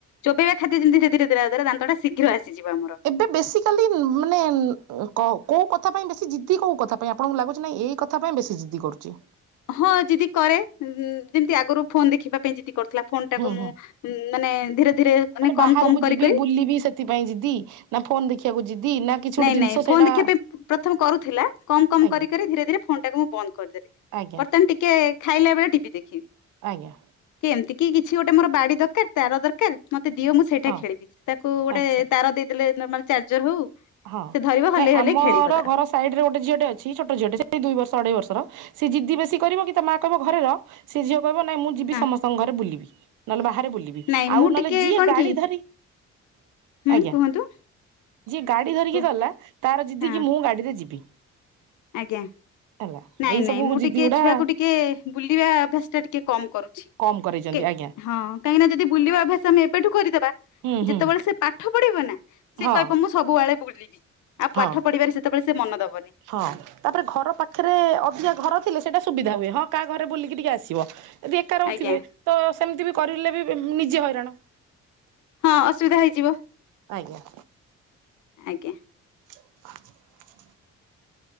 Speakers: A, on the left; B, on the right.
A: ଚୋବେଇବା ଖାଦ୍ୟ ଯେମିତି ସେଥିରେ ଦେଲା ଦ୍ଵାରା ଦାନ୍ତ ଟା ଶୀଘ୍ର ଆସିଯିବ ଆମର।
B: ଏବେ, ବେଶୀ କାଲି ମାନେ କଉ କୋଉ କଥା ପାଇଁ ବେଶୀ ଜିଦି, କୋଉ କଥା ପାଇଁ ଆପଣଙ୍କୁ ଲାଗୁଛି, ନାଇଁ ଏଇ କଥା ତା ପାଇଁ ବେଶୀ ଜିଦି କରୁଛି।
A: ହଁ, ଜିଦି କରେ, ଯେମିତି ଆଗରୁ ଫୋନ୍ ଦେଖିବା ପାଇଁ ଜିଦି କରୁଥିଲା। ଫୋନ୍ ଟାକୁ
B: ହୁଁ
A: ମୁଁ
B: ହୁଁ
A: ମ୍ ମାନେ ଧୀରେ ଧୀରେ, ମାନେ କମ୍
B: ବାହାରକୁ
A: କମ୍ କରି
B: ଯିବି
A: କରି
B: ବୁଲିବି ସେଥିପାଇଁ ଜିଦି ନା, ଫୋନ୍ ଦେଖିବାକୁ ଜିଦି ନା କିଛି ଗୋଟେ
A: ନାଇଁ
B: ଜିନିଷ
A: ନାଇଁ,
B: ସେଇଟା
A: ଫୋନ ଦେଖିବା ପାଇଁ ପ୍ରଥମ କରୁଥିଲା। କମ୍ କମ୍
B: ଆଜ୍ଞା
A: କରି କରି, ଧୀରେ ଧୀରେ ଫୋନ୍ ଟାକୁ ମୁଁ ବନ୍ଦ କରିଦେଲି।
B: ଆଜ୍ଞା
A: ବର୍ତ୍ତମାନ ଟିକେ ଖାଇଲା ବେଳେ ଟିଭି ଦେଖିବି।
B: ଆଜ୍ଞା।
A: କି ଏମିତି କି, କିଛି ଗୋଟେ ମୋର ବାଡି ଦରକାର, ତାର ଦର୍ କାର ମତେ ଦିଅ, ମୁଁ ସେଇଟା
B: ହଁ
A: ଖେଳିବି। ତାକୁ ଗୋଟେ
B: ଆଚ୍ଛା
A: ତାର ଦେଇଦେଲେ, ନର୍ମାଲ୍ ଚାର୍ଜର୍ ହଉ
B: ହଁ,
A: ସେ ଧରିବ ହଲେଇ
B: ନାଇଁ,
A: ହଲେଇ
B: ଆମ-ଅର
A: ଖେଳିବ ତାର
B: ଘର ସାଇଡ଼ ରେ ଗୋଟେ ଝିଅଟେ ଅଛି, ଛୋଟ ଝିଅଟେ। ସେଇ ଦୁଇ ବର୍ଷ, ଅଢେଇ ବର୍ଷର। ସେ ଜିଦି ବେଶୀ କରିବ, କି ତା ମା କହିବ ଘରେ ର ସେ ଝିଅ କହିବ, ନାଇଁ, ମୁଁ ଯିବି,
A: ହଁ।
B: ସମସ୍ତଙ୍କ ଘରେ ବୁଲିବି। ନହେଲେ ବାହାରେ ବୁଲିବି,
A: ନାଇଁ
B: ଆଉ
A: ମୁଁ
B: ନହେଲେ
A: ଟିକେ
B: ଯିଏ
A: କଣ
B: ଗାଡ଼ି
A: କି
B: ଧରି <inaudible>
A: ହୁଁ କୁହନ୍ତୁ
B: ଗାଡ଼ି ଧରିକି
A: କୁହ
B: ଗଲା, ତାର ଜିଦି
A: ହଁ
B: କିି ମୁଁ ଗାଡ଼ିରେ ଯିବି।
A: ଆଜ୍ଞା
B: ହେଲା,
A: ନାଇଁ
B: ଏଇ
A: ନାଇଁ
B: ସବୁ
A: ମୁଁ
B: ଯିଦି
A: ଟିକେ
B: ଗୁଡ଼ା
A: ଛୁଆକୁ ଟିକେ ବୁଲିବା ଅଭ୍ୟାସ୍ ଟା ଟିକେ କମ୍ କରୁଛି। ଓକେ।
B: କମ କରେଇଛନ୍ତି ଆଜ୍ଞା
A: ହଁ। କାହିଁକିନା, ଯଦି ବୁଲିବା ଅଭ୍ୟାସ ଆମେ ଏବେଠୁ କରିଦବା,
B: ହୁଁ
A: ଯେତବେଳେ
B: ହୁଁ
A: ସେ ପାଠ ପଢିବ ନା, ସେ
B: ହଁ
A: କହିବ, ମୁଁ ସୁ ସବୁଆଳେ ବୁଲିବି, ଆଉ
B: ହଁ
A: ପାଠ ପଢ଼ିବାରେ ସେତବେଳେ ସେ ମନ ଦବନି।
B: ହଁ, ତାପରେ ଘର ପାଖରେ-ଏ ଅଧିକା ଘର ଥିଲେ ସେଇଟା ସୁବିଧା ହୁଏ। ହଁ, କା ଘରେ ବୁଲିକି ଟିକେ ଆସିବ। ଯଦି ଏକା ରହୁଥିବେ,
A: ଆଜ୍ଞା
B: ତ ସେମିତି ବି କରିଲେ ବି ନିଜେ ହଇରାଣ।
A: ହଁ, ଅସୁବିଧା ହେଇଯିବ।
B: ଆଜ୍ଞା।
A: ଆଜ୍ଞା।
B: <inaudible>